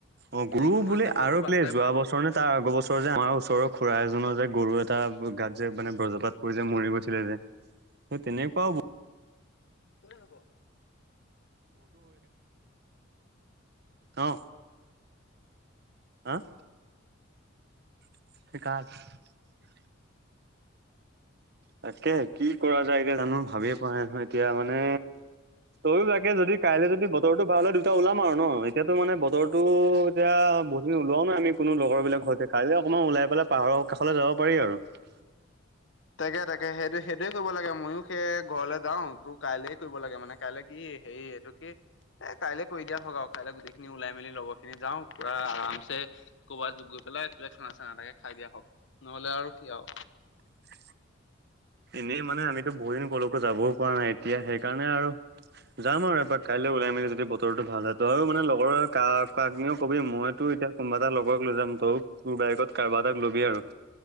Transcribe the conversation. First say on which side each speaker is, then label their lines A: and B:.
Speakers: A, on the right (about 55°); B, on the left (about 65°).
A: অঁ
B: কিনো
A: গুৰু বুলি
B: হৈছে মই
A: আৰু
B: একো পাত্তাই
A: বোলে যোৱা
B: পোৱা নাই।
A: বছৰ নে তাৰ আগৰ বছৰ যে আমাৰ ওচৰৰত খুৰা এজনৰ যে গৰু এটা গাত যে মানে ব্ৰজ্ৰপাত পৰি যে মৰি গৈছিলে যে। স তেনেকুৱা হ'ব
B: ভালে হ'ব।
A: অঁ। হাঁ? <inaudible> তাকে কি কৰা যায় এতিয়া জানো ভাবিয়ে পোৱা নাই নহয় এতিয়া মানে তয় তাকে যদি কাইলৈ যদি বতৰটো ভাল হ'য় দুটা ওলাম আও ন? এতিয়াতো মানে বতৰটো এতিয়া বহুতদিন উলোৱা নাই আমি কোনো লগৰ বিলাকৰ সৈতে কাইি অকণমান ওলাই পেলাই পাহাৰৰ কাষলে যাব পাৰি আৰু। <unintelligible>
B: তাকে তাকে সেইটোে সেইটোয়ে কৰিব লাগে ময়ো সেই ঘৰলৈ যাওঁ তোৰ কাইলে কৰিব লাগে মানে কাইলে কি হেৰি এই এইটোকে এ কাইলে কৰি দিয়া হওঁক আৰু কাইলৈ গোটেইখিনি ওলাই মেলি লগৰ খিনি যাওঁ। পোৰা আৰামচে ক'ৰবাত গৈ পেলাই এইফালে খানা চানা এটাকে খাই দিয়া হওক নহ'লে আও কি আও?
A: <inaudible> এনেই মানে আমিতো বহুত দিন ক'লৈকো যাবওঁ পৰা নাই এতিয়া সেইকাৰণে আৰু যাম আৰু এপাৰ কাইলৈ উওলাই মেলি যদি বতৰো ভাল হয় তইয়ও মানে লগৰ ক কাক্নিও কবি মইতো এতিয়া কোনোবা এটা লগক লৈ যাম তই তোৰ বাইকত ক কাৰোবা এটা ল'বি আৰু।